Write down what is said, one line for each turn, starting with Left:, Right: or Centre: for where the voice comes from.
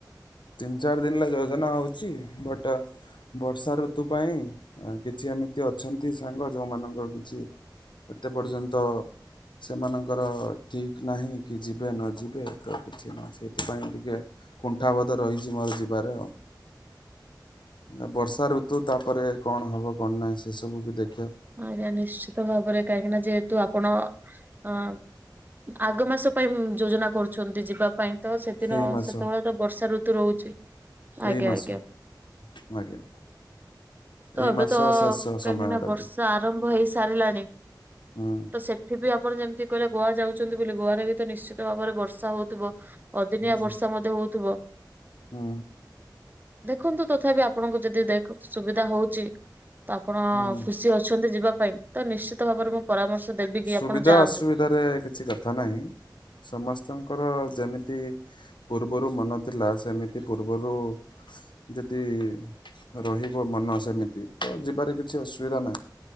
Left: ତିନି ଚାରି ଦିନର ଯୋଜନା ହଉଛି ବଟ। ବର୍ଷା ଋତୁ ପାଇଁ କିଛି ଏମିତି ଅଛନ୍ତି ସାଙ୍ଗ ଯୋଉମାନଙ୍କର କିଛି। ଏତେ ପର୍ଯ୍ୟନ୍ତ। ସେମାନଙ୍କର ଠିକ ନାହିଁ କି ଯିବେ ନ ଯିବେ ତ କିଛି ନୁହଁ ସେଇଥିପାଇଁ ଟିକେ। କୁଣ୍ଠାବୋଧ ରହିଛି ମୋର ଯିବାରେ ଆଉ। ନା ବର୍ଷା ଋତୁ ତାପରେ କଣ ହବ କଣ ନାହିଁ ସେ ସବୁ ବି ଦେଖ।
Right: ଆଜ୍ଞା ନିଶ୍ଚିତ ଭାବରେ କାହିଁକି ନା ଯେହେତୁ ଆପଣ ଅଁ। ଆଗ ମାସ ପାଇଁ ଯୋଜନା କରୁଛନ୍ତି ଯିବା ପାଇଁ ତ ସେଦିନ
Left: ଏଇ ମାସ
Right: ସେତେବେଳେ ତ ବର୍ଷା ଋତୁ ରହୁଛି। ଆଜ୍ଞା
Left: ଏଇ ମାସ
Right: ଆଜ୍ଞା
Left: ଆଜ୍ଞା।
Right: ତ
Left: ଏଇ
Right: ଏବେ
Left: ମାସ
Right: ତ
Left: ଶେଷ ସମୟ
Right: କାହିଁକିନା
Left: ଆଡକୁ।
Right: ବର୍ଷା ଆରମ୍ଭ ହେଇ ସାରିଲାଣି।
Left: ହୁଁ।
Right: ତ ସେଠି ବି ଆପଣ ଯେମିତି କହିଲେ ଗୋଆ ଯାଉଛନ୍ତି ବୋଲି ଗୋଆରେ ବି ତ ନିଶ୍ଚିତ ଭାବରେ ବର୍ଷା ହଉଥିବ। ଅଦିନିଆ
Left: ହୁଁ
Right: ବର୍ଷା ମଧ୍ୟ ହଉଥିବ।
Left: ହୁଁ
Right: ଦେଖନ୍ତୁ ତଥାପି ଆପଣଙ୍କୁ ଯଦି ଦେଖ ସୁବିଧା ହଉଛି। ତ ଆପଣ
Left: ହୁଁ।
Right: ଖୁସି ଅଛନ୍ତି ଯିବା ପାଇଁ ତ ନିଶ୍ଚିତ ଭାବରେ ମୁଁ ପରାମର୍ଶ ଦେବି। କି
Left: ସୁବିଧା
Right: ଆପଣ ଯାଆନ୍ତୁ।
Left: ଅସୁବିଧାରେ କିଛି କଥା ନାହିଁ ସମସ୍ତଙ୍କର ଯେମିତି। ପୂର୍ବରୁ ମନ ଥିଲା ସେମିତି ପୂର୍ବରୁ। ଯଦି ରହିବ ମନ ସେମିତି ତ ଯିବାରେ କିଛି ଅସୁବିଧା ନାହିଁ।